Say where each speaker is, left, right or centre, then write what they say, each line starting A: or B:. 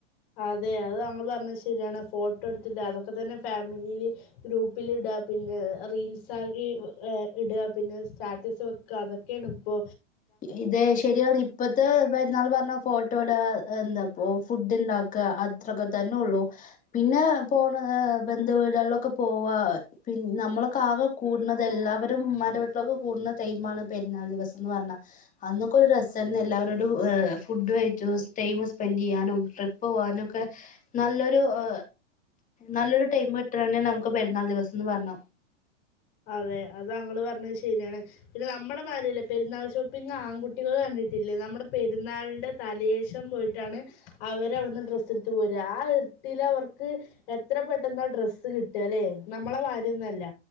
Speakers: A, on the left (about 50°); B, on the left (about 20°).
A: അതെ അത് തങ്ങൾ പറഞ്ഞത് ശരിയാണ് ഫോട്ടോ എടുത്തിട്ട അതൊക്കെ തന്നെ ഫാമിലിയില് ഗ്രൂപ്പിൽ ഇടുക പിന്നെ റീൽസ് ആക്കി ഏ ഇടുക പിന്നെ സ്റ്റാറ്റസ് വെക്കുക അതൊക്കെയാണ് ഇപ്പോ
B: ഇ ഇത് ശരിയാണ് ഇപ്പത്തെ പെരുന്നാൾ പറഞ്ഞാ ഫോട്ടോട എന്താപ്പോ ഫുഡ് ഇണ്ടാക്കുക അത്രൊക്കെ തന്നെള്ളൂ പിന്നെ പോണ ബന്ധുവീടുകളിലൊക്കെ പോവ പിന്ന നമ്മളൊക്കെ ആകെ കൂടുന്നത് എല്ലാവരും ഉമ്മാന്റെ വീട്ടിലൊക്കെ കൂടുന്ന ടൈണ് പെരുന്നാൾ ദിവസം എന്ന് പറഞ്ഞാ അന്നൊക്കെ ഒരു രസാര്ന്ന് എല്ലാവരോടും ഏ ഫുഡ് കഴിച്ചു ടൈം സ്പെൻഡ് ചെയ്യാനും ട്രിപ്പ് പോകാനു ഒക്കെ നല്ലൊരു ഏ നല്ലൊരു ടൈം കിട്ടണ തന്നെ നമുക്ക് പെരുന്നാൾ ദിവസംന്ന് പറഞ്ഞ
A: അതെ അത് തകാൾ പറഞ്ഞത് ശരിയാണ് പിന്നെ നമ്മുടെ മാരില്ലേ പെരുന്നാൾ ഷോപ്പിങ് ആൺകുട്ടികൾ കണ്ടിട്ടില്ലേ നമ്മുടെ പെരുന്നാളിടെ തലേശം പോയിട്ടാണ് അവര് അവിടുന്ന് ഡ്രസ്സ് എടുത്ത് പോര് ആ ഇർട്ടില് അവർക്ക് എത്ര പെട്ടെന്ന ഡ്രസ്സ് കിട്ടുക അല്ലെ നമ്മളെ മാര്ന്നല്ല